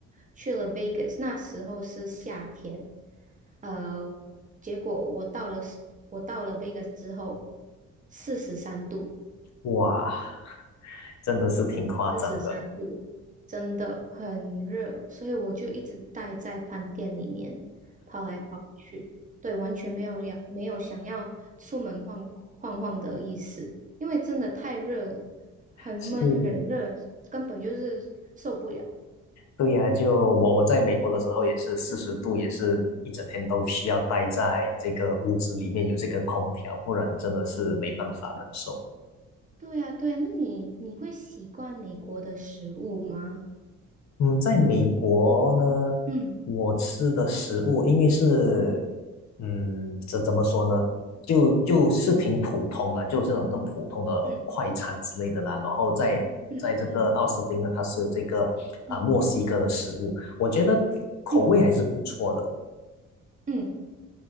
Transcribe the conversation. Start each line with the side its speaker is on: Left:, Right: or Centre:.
Right: 去了 Vegas，那时候是夏天，呃，结果我到了我到了 Vegas 之后，四十三度，
Left: 哇，真的是挺夸张的。
Right: 四十三度，真的很热，所以我就一直待在饭店里面，跑来跑去，对，完全没有要没有想要出门晃晃晃的意思，因为真的太热了，很闷很热，
Left: 是，
Right: 根本就是受不了。
Left: 对呀，就我我在美国的时候也是四十度，也是一整天都需要待在这个屋子里面有这个空调，不然真的是没办法忍受。
Right: 对呀，对呀，那你你会习惯美国的食物吗？
Left: 嗯，在美国呢，
Right: 嗯
Left: 我吃的食物因为是，嗯，这怎么说呢？就就是挺普通啦，就是那种那种普通的快餐之类的啦。
Right: 嗯
Left: 然后在在这个奥斯汀呢，
Right: 嗯嗯
Left: 它是这个啊、
Right: 嗯嗯
Left: 墨西哥的食物，我觉得口味还是不错的。
Right: 嗯嗯。嗯